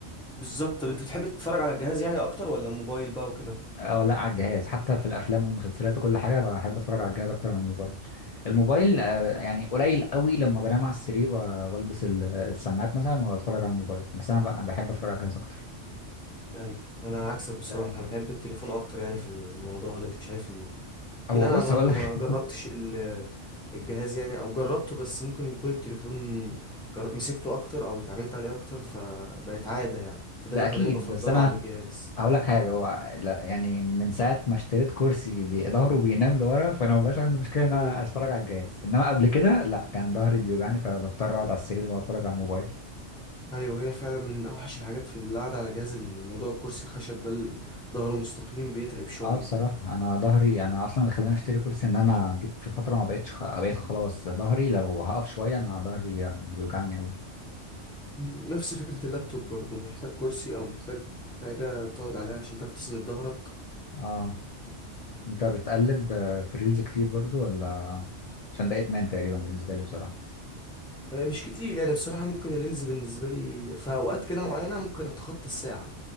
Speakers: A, in the centre; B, on the left.
A: بالظبط طب انت بتحب تتفرج على الجهاز يعني اكتر ولا الموبايل بقى وكده
B: اه لا على الجهاز حتى في الافلام والمسلسلات وكل حاجة بحب اتفرج على الجهاز اكتر من الموبايل الموبايل آه، يعني قليل قوي لما بنام على السرير و- والبس ال- السماعات مثلا واتفرج على الموبايل بس انا ب- بحب اتفرج على الجهاز اكتر
A: ايوه انا عكسك بصراحة
B: ده-
A: بحب التليفون اكتر يعني في الموضوع ده مش عارف ليه
B: هو
A: لكن انا
B: بص
A: برضه
B: هقول لك
A: ما جربتش
B: <laughs>
A: ال- الجهاز يعني او جربته بس ممكن يكون التليفون جر... مسكته اكتر او اتعاملت عليه اكتر فبقت عادة يعني فده
B: ده
A: اللي
B: اكيد
A: خلاني بفضله
B: بس انا
A: عن الجهاز
B: هقول لك حاجه هو لا- يعني من ساعه ما اشتريت كرسي بي- ظهره بينام لورا فانا مبقاش عندي مشكله
A: مم.
B: ان انا اتفرج على الجهاز انما قبل كده لا كان ظهري بيوجعني فبضطر اقعد على السرير واتفرج على الموبايل
A: ايوه هي فعلا من اوحش الحاجات في القعده على جهاز الموضوع الكرسي الخشب ده اللي ظهره مستقيم بيتعب شويه
B: اه بصراحه انا ظهري انا اصلا اللي خلاني اشتري كرسي ان انا جيت في فتره ما بقتش خ... بقيت خلاص ظهري لو هقف شويه انا ظهري بيوجعني قوي
A: مم. نفس فكره اللابتوب برضه محتاج كرسي او محتاج حاجه تقعد عليها عشان تعرف تسند ظهرك
B: اه انت بتقلب آه، في ريلز كتير برضو ولا عشان ده ادمان تقريبا بالنسبه لي بصراحه
A: آه، مش كتير يعني بصراحة ممكن الريلز بالنسبة لي في أوقات كده معينة ممكن أتخطى الساعة